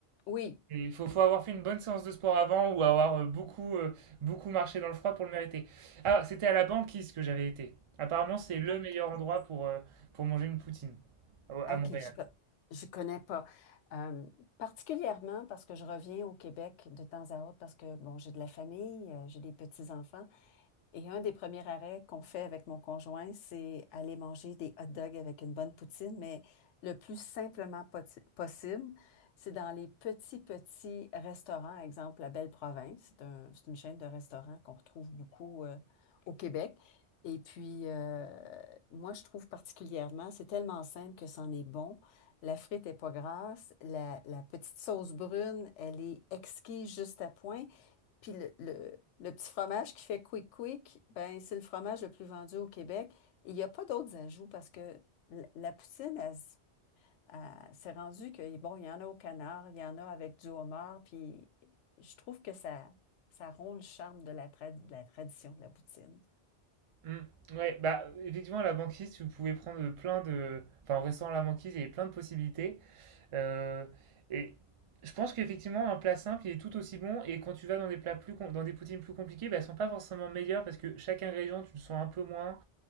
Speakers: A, on the left; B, on the right.
A: Oui.
B: Et Il faut, faut avoir fait une bonne séance de sport avant ou avoir euh, beaucoup, euh, beaucoup marché dans le froid pour le mériter. Ah, c'était à la banquise que j'avais été. Apparemment, c'est
A: Donc,
B: le meilleur endroit pour, euh, pour manger une poutine à à
A: OK,
B: Montréal.
A: je, co- je connais pas. Euh, particulièrement parce que je reviens au Québec de temps à autre parce que, bon, j'ai de la famille, euh, j'ai des petits-enfants. Et un des premiers arrêts qu'on fait avec mon conjoint, c'est aller manger des hot dogs avec une bonne poutine, mais le plus simplement poti- possible, c'est dans les petits, petits restaurants, exemple la Belle Province, c'est un- c'est une chaîne de restaurants qu'on retrouve beaucoup euh, au Québec. Et puis, euh, moi, je trouve particulièrement, c'est tellement simple que c'en est bon. La frite est pas grasse, la, la petite sauce brune, elle est exquise juste à point. Puis le, le- le petit fromage qui fait quick quick, ben c'est le fromage le plus vendu au Québec. Et il n'y a pas d'autres ajouts parce que la, la poutine, elle s- elle s'est rendue que, bon, il y en a au canard, il y en a avec du homard, puis je trouve que ça, ça rompt le charme de la, tra- de la tradition de la poutine.
B: Mm. Ouais, bah effectivement, à la banquise, tu pouvais prendre plein de. Enfin, en restant à la banquise, il y avait plein de possibilités. Euh, et je pense qu'effectivement, un plat simple, il est tout aussi bon. Et quand tu vas dans des plats plus, com- dans des poutines plus compliquées, bah, elles sont pas forcément meilleures parce que chaque ingrédient, tu le sens un peu moins.